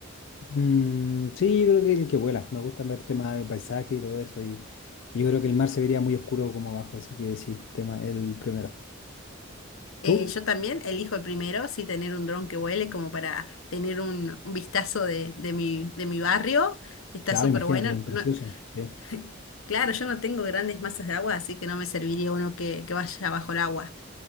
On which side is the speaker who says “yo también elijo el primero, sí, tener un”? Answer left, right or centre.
Left